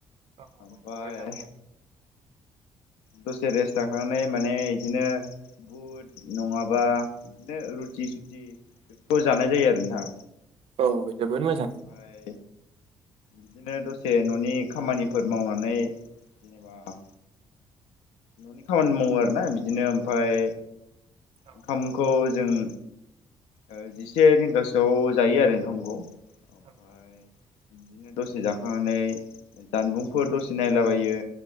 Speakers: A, on the right; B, on the left.
A: औ
B: ओमफाय
A: मोजाङानो
B: दसे रेस्ट लाखांनाय माने इदिनो बुट नङाबा बिदिनो रुटि सुथि बेफोरखौ जानाय जायो आरो नोंथां।
A: औ जोबोद मोजां
B: ओमफाय बिदिनो दसे न'नि खामानिफोर मावनानै जेनेबा न'नि खामानि मावो आरोना बिदिनो ओमफाय
A: औ
B: ओखामखौ ज जों ओ जिसे रिंगासोआव जायो आरो ओंखामखौ। ओमफाय
A: औ
B: बिदिनो दसे जाखांनानै जानबुंफोर दसे नायलाबायो